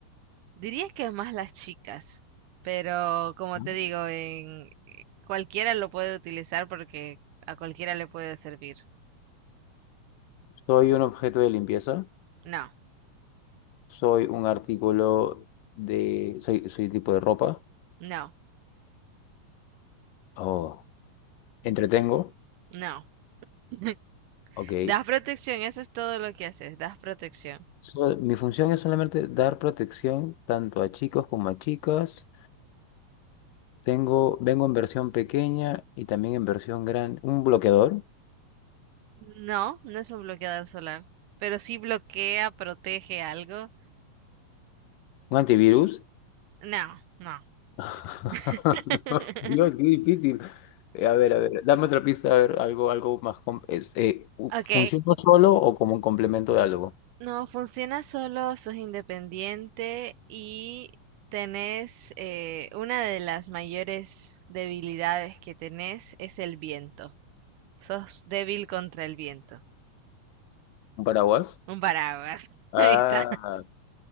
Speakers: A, on the right; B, on the left.
A: Diría que más las chicas, pero como
B: Ujú.
A: te digo, en eh, cualquiera lo puede utilizar porque a cualquiera le puede servir.
B: Soy un objeto de limpieza.
A: No,
B: Soy un artículo de. Soy, soy tipo de ropa.
A: no,
B: Oh. Entretengo.
A: no. <laughs>
B: Ok.
A: Das protección, eso es todo lo que haces, das protección.
B: So- mi función es solamente dar protección tanto a chicos como a chicas. Tengo, vengo en versión pequeña y también en versión grande. Un bloqueador,
A: No, no es un bloqueador solar, pero sí bloquea, protege algo.
B: un antivirus.
A: No, no.
B: <laughs>
A: <laughs>
B: Dios, qué difícil. Eh, a ver, a ver, dame otra pista, a ver, algo, algo más. com- es, eh, u-
A: Ok,
B: ¿funciona solo o como un complemento de algo?
A: No, funciona solo, sos independiente y tenés eh, una de las mayores debilidades que tenés es el viento. Sos débil contra el viento.
B: ¿Un paraguas?
A: Un paraguas. <laughs>
B: Ah,
A: Ahí está.